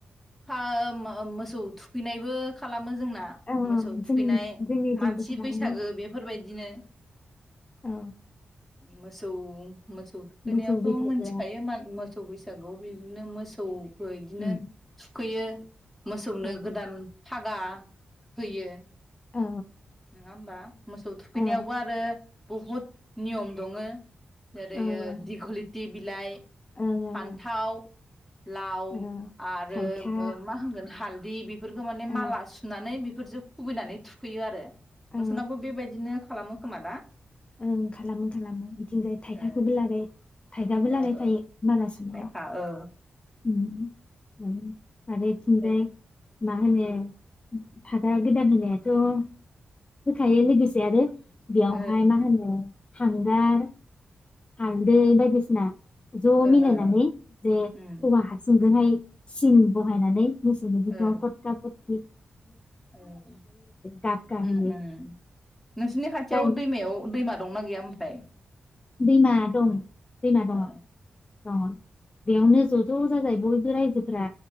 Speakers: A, in the centre; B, on the left.
A: फा मा ओ मोसौ थुखैनायबो खालामो जोंना
B: औ औ
A: मोसौ
B: जोंनि
A: थुखैनाय
B: जोंनिथिंबो
A: मानसि
B: खालामो
A: बैसागो
B: लोगो
A: बेफोरबायदिनो
B: औ
A: मोसौ मोसौ थुखैनायावथ'
B: मोसौ बैसागोआ
A: मोनथिखायो मा मोसौ बैसा सागुआव बिदिनो मोसौ ओ इदिनो
B: उम
A: थुखैयो। मोसौनो
B: औ
A: उम थागा होयो।
B: औ
A: नङा होमबा मोसौ थुखैनायावबो
B: ओं
A: आरो बुहुत नियम दङो ओरैयो
B: ओं
A: दिगलिति बि लाइ
B: ओं ओं
A: फान्थाव लाव
B: औ
A: आरो
B: थाइखा
A: मा होनगोन हाल दि बिब बेफोरखौ माने
B: औ
A: माला सुनानै बि फोरजों खुबैनानै थुखैयो आरो
B: औ
A: नोंसोरनावो बेबायदिनो खालामो खोमा दा
B: ओं खालामो खालामो बिथिंजाय थाइखाखौबो
A: ए
B: लागाय थाइगाबो लागायफायो
A: ओ ओ थाइखा
B: माला सुनायाव
A: औ
B: उम उम आरो
A: बेनिफ्रायनो
B: इथिंजाय मा होनो फागा गोदान होनायाथ' होखायो लोगोसे आरो बेयावहाय
A: ओ
B: मा होनो हांगार हालदै बायदिसिना ज'
A: ओ
B: मिलायनानै
A: ओ
B: जे
A: उम
B: औवा हासुं जोंहाय सिन बहायनानै। मोसौनि बिखुङाव
A: ओ
B: फटक्रा फटक्लि
A: ओ उम
B: गाब गाहोयो
A: उम नोंसिनि खाथियाव
B: जाय
A: दैमायाव दैमा दंना गैया उ फ्राय
B: दैमा दं दैमा दङ
A: ओ
B: दङ बेयावनो ज' ज' जाजाय बयबो रायजोफोरा